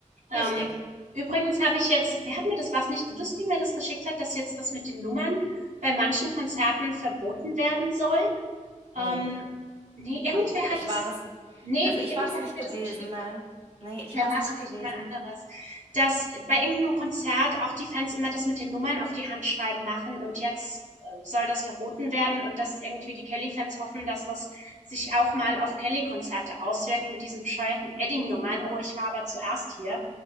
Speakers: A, on the right; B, on the right.
A: Ähm,
B: richtig.
A: übrigens habe ich jetzt, wer hat mir das, was nicht du das, die mir das geschickt hat, dass jetzt das mit den Nummern bei manchen Konzerten verboten werden soll? Ähm,
B: Nee.
A: nee, irgendwer
B: Hab, ich
A: hat das,
B: war das,
A: nee,
B: also ich
A: irgendwer
B: war es nicht
A: hat mir
B: gewesen,
A: das geschickt.
B: nein. Nee, ich
A: Dann
B: war es
A: war
B: nicht
A: es vielleicht
B: gewesen.
A: jemand anderes. Dass bei irgendeinem Konzert auch die Fans immer das mit den Nummern auf die Hand schreiben machen und jetzt äh, soll das verboten werden und dass irgendwie die Kelly-Fans hoffen, dass das sich auch mal auf Kelly-Konzerte auswirkt mit diesen bescheuerten Edding-Nummern. Oh, ich war aber zuerst hier.